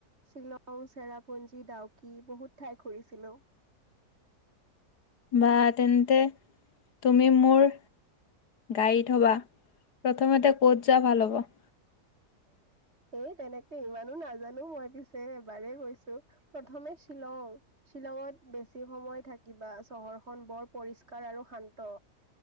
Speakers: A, on the right; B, on the left.
A: শ্বিলং, চেৰাপুঞ্জী, ডাউকি বহুত ঠাই ঘূৰিছিলো।
B: বা তেন্তে তুমি মোৰ গাইড হবা প্ৰথমতে ক'ত যোৱা ভাল হ'ব‌?
A: এই তেনেকে ইমানো নাজানো মই পিছে এবাৰ গৈছো প্ৰথমে শ্বিলং শ্বিলঙত বেছি সময় থাকিবা চহৰখন বৰ পৰিষ্কাৰ আৰু শান্ত